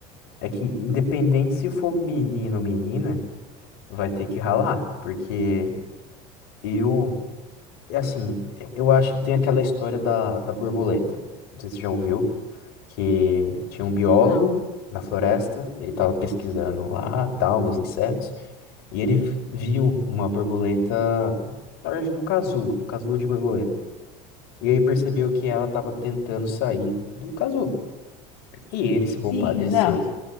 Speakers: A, on the left (about 65°); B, on the left (about 85°).
A: é que, independente se for menino ou menina, vai ter que ralar. Porque eu, é assim, eu acho que tem aquela história da, da borboleta. Não sei se você já ouviu, que tinha um biólogo
B: não.
A: na floresta, ele estava pesquisando lá, tal, os insetos. E ele v- viu uma borboleta, na verdade, no casulo, um casulo de borboleta. E ele percebeu que ela estava tentando sair do casulo. E ele se compadeceu.
B: Sim, exato.